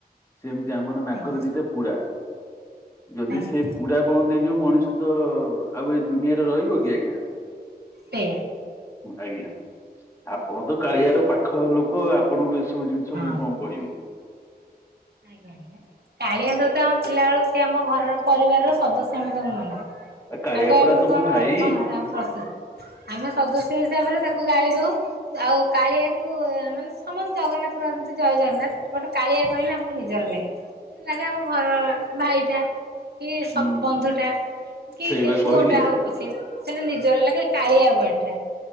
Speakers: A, on the left; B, on the right.
A: ସେମିତି ଆମର ନାକରେ
B: ଆଜ୍ଞା
A: ଦିଟା ପୋଡା ଯଦି
B: ଆଜ୍ଞା
A: ସେ ପୁରଡା ବଣ ଦେଇ ଯାଉ ମଣିଷ ତ ଆଉ ଏ ଦୁନିଆରେ ରହିବ କି ଆଜ୍ଞା
B: ଟେ
A: ଆଜ୍ଞା ଆପଣ ତ କାଳିଆର ପାଖ ଲୋକ ଆପଣଙ୍କୁ ଏସବୁ ଜିନିଷ
B: ହଁ
A: ମୁଁ କଣ କହିବି
B: ଆଜ୍ଞା ଆ୍ା କାଳିଆ ସହିତ ଆମ ପିଲା ବଳ ସି ଆମ ଘରର ପରିବାରର ସଦସ୍ୟ ଆମେ ତାଙ୍କୁ ମନ ତାକୁ
A: ଆ କାଳିଆ ପରା
B: ଏମ
A: ତମ
B: କଣ
A: ଭାଇ
B: କଣ ପ୍ରସିଦ୍ଧ ଆମେ ସଦସ୍ୟ ହିସାବରେ ତାକୁ ଗାଳି ଦଉ। ଆଉ କାଳିଆକୁ ମାନେ ସମସ୍ତେ ଜଗନ୍ନାଥ ବାନ୍ତି ଜୟ ଜଗନ୍ନାଥ ଗୋଟେ କାଳିଆ କହିଲା ନିଜର ଲାଗେ ଲାଗେ ଆମ ଘର ଭାଇଟା କି
A: ହୁଁ
B: ବନ୍ଧୁ ଟା କି
A: ସେଇବା କହିଲି
B: ପୁଅ ଟା ହଉ ପଛେ। ସେ ନିଜର ଲାଗେ କାଳିଆବାର ଟା